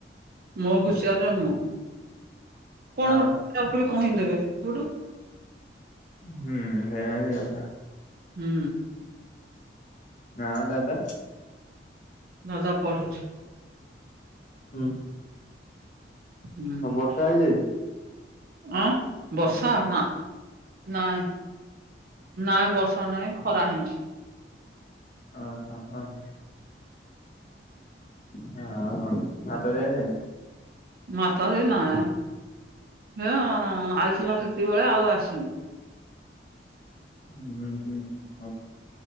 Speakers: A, on the right (about 55°); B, on the left (about 45°).
A: ମୋ ହୁସିଆରରେ ମୁଁ। କଣ
B: ଆଉ
A: ଗୋଟେ ତା ଉପରେ କହିଦେବେ ହୋଠୁ?
B: ହୁଁ ସେଇଆ ହିଁ କଥା।
A: ହୁଁ।
B: ଦା ଦଦା?
A: ଦାଦା ପଢ଼ୁଛି।
B: ଉଁ
A: ହୁଁ
B: ହଁ ବର୍ଷା ହେଇଚି ଆଜି?
A: ଆଁ? ବର୍ଷା ନାଁ ନାଇଁ। ନାଇଁ ବର୍ଷା ନାଇଁ ଖରାହେଇଁଚି।
B: ଅହ ହଁ ହଁ। ହଁ ହଁ ଭାତ ଦିଆସେନ୍
A: ମାତା ଦେ ନାଇଁ ହେ ଆଇଥିଲା ସେତିକି ବେଳେ ଆଉ ଆସିନି
B: ଉଁ ହୁଁ ହୁଁ ହ।